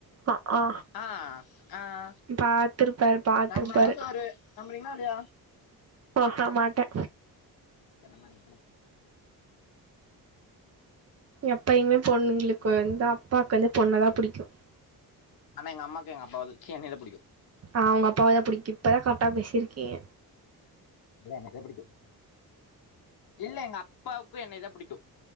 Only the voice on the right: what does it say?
ஆ ஆ
பாத்துருப்பாரு பாத்துருப்பாரு
ஓஹ மாட்ட
எப்பயுமே பொண்ணுங்களுக்கு வந் தா அப்பாவுக்கு வந்து பொண்ணதா புடிக்கும்
ஆஹ் உங்க அப்பாவைதா புடிக்கும் இப்பதா கரெட்டா பேசியிருக்கீங்க